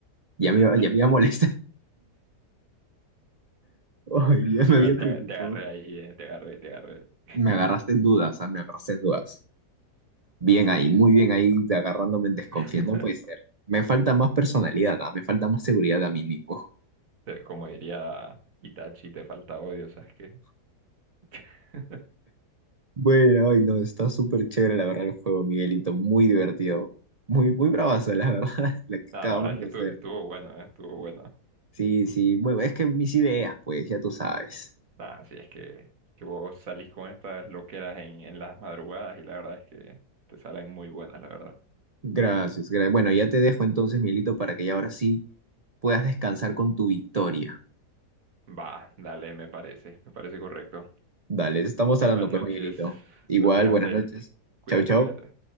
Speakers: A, on the right; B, on the right.
A: Ya
B: <laughs>
A: me iba, ya me iba a molestar. Ay, ya
B: Igual
A: me había preocupado.
B: te, te agarré ahí, eh, te agarré, te agarré. <laughs>
A: Me agarraste en dudas, ah, me agarraste en dudas. Bien
B: Sí.
A: ahí, muy bien
B: no.
A: ahí, de agarrándome en desconfianza.
B: <laughs>
A: No puede ser. Me falta más personalidad, ah, Me falta más seguridad a mí mismo.
B: Te- Como diría Itachi, te falta odio, ¿sabes qué? <laughs>
A: Bueno, ay, no, está súper chévere la verdad el juego, Miguelito. Muy divertido. Muy, muy bravazo, la verdad, <laughs> lo que acabamos
B: Nada, la verdad es
A: de
B: que estuvo,
A: hacer.
B: estuvo bueno, ¿eh? Estuvo bueno.
A: Sí, sí, bueno, es que mis ideas, pues ya tú sabes.
B: Nada, si es que, que vos salís con estas loqueras en, en las madrugadas y la verdad es que te salen muy buenas, la verdad.
A: Gracias, gra- Bueno, ya te dejo entonces, Miguelito, para que ya ahora sí puedas descansar con tu victoria.
B: Va, dale, me parece, me parece correcto.
A: Dale, estamos hablando
B: Buenas
A: pues,
B: noches,
A: Miguelito. Igual,
B: noches Abdel.
A: buenas noches.
B: Cuídate,
A: Chau, chau.
B: cuídate.